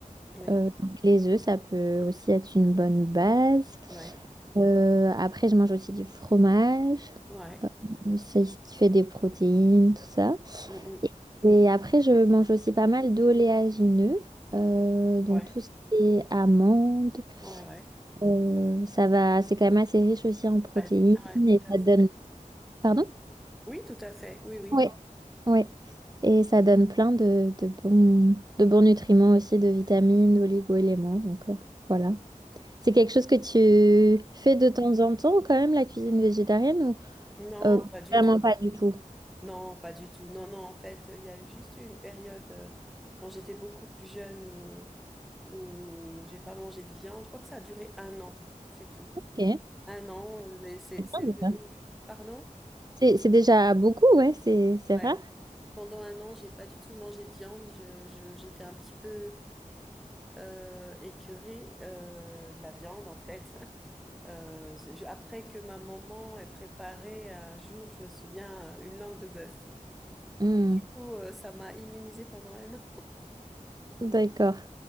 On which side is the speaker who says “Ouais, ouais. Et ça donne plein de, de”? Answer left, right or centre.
Right